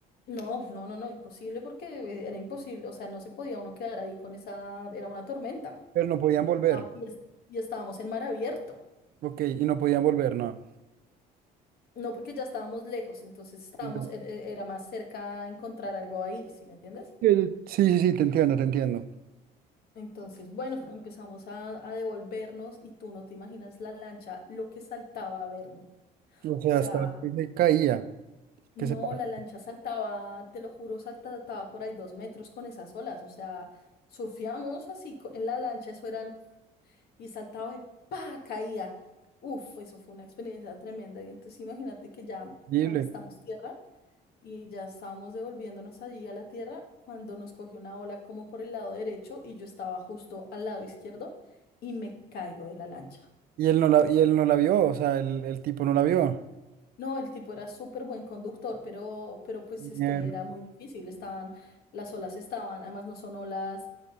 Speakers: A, on the left; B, on the right.
A: No, no, no, no, imposible porque eh, era imposible, o sea, no se podía uno quedar ahí con esa, era una tormenta.
B: pero no podían volver.
A: Ah, Y, es- y estábamos en mar abierto,
B: Ok, y no podían volver, no.
A: no porque ya estábamos lejos, entonces estábamos,
B: Ya.
A: er- er- era más cerca encontrar algo ahí, ¿sí me entiendes?
B: Eh, Sí, sí, sí, te entiendo, te entiendo.
A: Entonces, bueno, empezamos a, a devolvernos y tú no te imaginas la lancha, lo que saltaba a ver. O
B: O sea,
A: sea,
B: hasta que se caía,
A: no,
B: que se partía.
A: la lancha saltaba, te lo juro, saltaba por ahí dos metros con esas olas. O sea, surfeamos así co- en la lancha, eso eran, y saltaba y ¡pa! caía. Uf, eso fue una experiencia tremenda. Y entonces imagínate que ya
B: horrible.
A: avistamos tierra y ya estábamos devolviéndonos allí a la tierra cuando nos cogió una ola como por el lado derecho y yo estaba justo al lado izquierdo y me caigo de la lancha.
B: Y él no la, y él no la vio, o sea, el, el tipo no la vio.
A: No, el tipo era súper buen conductor, pero, pero pues
B: Mierda.
A: es que era muy difícil. Estaban, las olas estaban, además no son olas